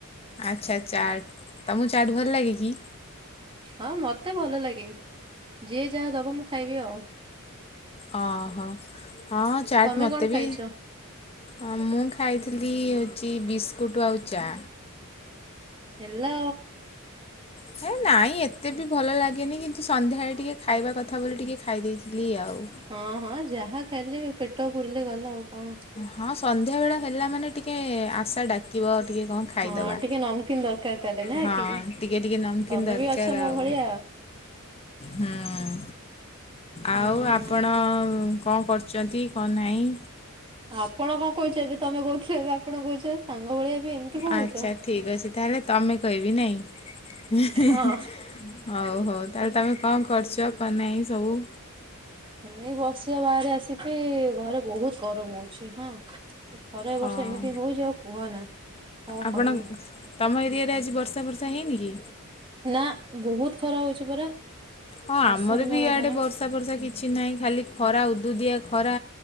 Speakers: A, on the left (about 25°); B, on the right (about 25°).
A: ଆଚ୍ଛା ଚାଟ୍, ତୋମକୁ ଚାଟ୍ ଭଲ ଲାଗେ କି?
B: ହଁ ମୋତେ ଭଲ ଲାଗେ, ଯିଏ ଯାହା ଦବ ମୁଁ ଖାଇବି ଆଉ।
A: ଅଁ, ହଁ, ହଁ ଚାଟ୍
B: ତମେ
A: ମୋତେ
B: କଣ
A: ବି
B: ଖାଇଛ?
A: ହଁ ମୁଁ ଖାଇଥିଲି ଚି- ବିସ୍କୁଟ୍ ଆଉ ଚା।
B: ହେଲୋ।
A: ହେ ନାଇଁ ଏତେ ବି ଭଲ ଲାଗେନି କିନ୍ତୁ ସନ୍ଧ୍ୟାବେଳେ ଟିକେ ଖାଇବା କଥା ବୋଲି ଟିକେ ଖାଇ ଦେଇଥିଲି ଆଉ।
B: ହଁ, ହଁ ଯାହା ଖାଇଲେ ବି ପେଟ ପୁରିଲେ ଗଲା ଆଉ କଣ।
A: ହଁ ସନ୍ଧ୍ୟାବେଳ ହେଲା ମାନେ ଏ ଟିକେ ଆଶା ଡାକିବ ଟିକେ କଣ ଖାଇଦବା
B: ହଁ ଟିକେ ନମକିନ୍ ଦରକାର ତାହେଲେ ନା
A: ହଁ।
B: କି
A: ଟିକେ ଟିକେ ନମ୍
B: ତମେ
A: କିନ୍ ଦରକାର
B: ବି ଅଛ ମୋ
A: ଆଉ
B: ଭଳିଆ
A: ହୁଁ,।
B: ହଁ।
A: ଆଉ ଆପଣ ଉଁ, କଣ କରୁଚନ୍ତି କଣ ନାହିଁ?
B: ଆପଣ କଣ କହୁଛନ୍ତି ତୋମେ କହୁଥିଲେ ଏବେ ଆପଣ କହୁଛ। ସାଙ୍ଗ ଭଳିଆ ବି ଏମିତି କଣ
A: ଆଚ୍ଛା
B: ହଉଛ
A: ଠିକ୍ ଅଛି ତାହେଲେ ତୋମେ କହିବି ନାଇଁ? ହଉ
B: ହଁ।
A: ହଉ, ତାହେଲେ ତୋମେ କଣ କରୁଚ କଣ ନାହିଁ ସବୁ?
B: ମୁଁ ଏଇ ବସିଛି ଆଉ ବାହାରେ ଆସିକି ଘରେ ବହୁତ ଗରମ ହଉଛି ହଁ,। ଖରା ଏବର୍ଷ
A: ହଁ
B: ଏମିତି ହଉଛି ଆଉ କୁହନା। କଣ
A: ଆପଣ
B: କହିବି
A: ତୋମ ଏରିଆରେ ଆଜି ବର୍ଷା ଫର୍ଷା ହେଇନି କି?
B: ନା ବହୁତ ଖରା ହଉଛି ପରା।
A: ହଁ ଆମର
B: ଅସମ୍ଭାଳ
A: ବି ଇଆଡେ
B: ଖରା
A: ବର୍ଷା ଫର୍ଷା କିଛି ନାହିଁ ଖାଲି ଖରା, ଉଦୁଉଦିଆ ଖରା।